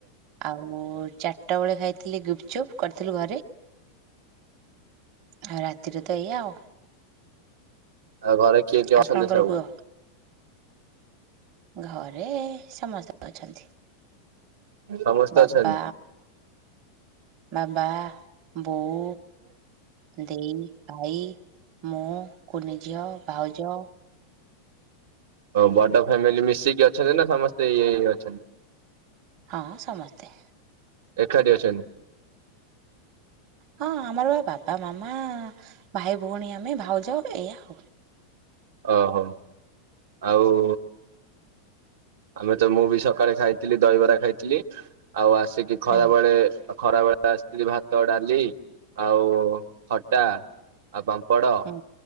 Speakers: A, on the right; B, on the right.
A: ଆଉ ଚାରିଟା ବେଳେ ଖାଇଥିଲି ଗୁପଚୁପ୍ କରିଥିଲୁ ଘରେ। ଆଉ ରାତିରେ ତ ଏଇଆ ଆଉ।
B: ଆଉ ଘରେ କିଏ କିଏ
A: ଆପଣଙ୍କର
B: ଅଛନ୍ତି ସବୁ?
A: କୁହ ଘରେ ସମସ୍ତେ ଅଛନ୍ତି।
B: ସମସ୍ତେ
A: ବାବା
B: ଅଛନ୍ତି?
A: ମାମା। ବୋଉ ଦେଇ ଭାଈ ମୁଁ କୁନି ଝିଅ ଭାଉଜ।
B: ହଉ ବଡ ଫ୍ୟାମିଲି ମିଶିକି ଅଛନ୍ତିନା ସମସ୍ତେ ଇଏ ଅଛନ୍ତି?
A: ହଁ ସମସ୍ତେ।
B: ଏକାଠି ଅଛନ୍ତି?
A: ହଁ ଆମର ବା ବାବା ମାମା ଭାଇ ଭଉଣୀ ଆମେ ଭାଉଜ ଏଇଆ ଆଉ।
B: ଓହୋ। ଆଉ ଆମେ ତ ମୁଁ ବି ସକାଳେ ଖାଇଥିଲି ଦହିବରା ଖାଇଥିଲି। ଆଉ ଆସିକି ଖରାବେଳେ
A: ହୁଁ
B: ଖରାବେଳେ ଆସିଥିଲି ଭାତ ଡାଲି ଆଉ ଖଟା ଆଉ ପାମ୍ପଡ
A: ହୁଁ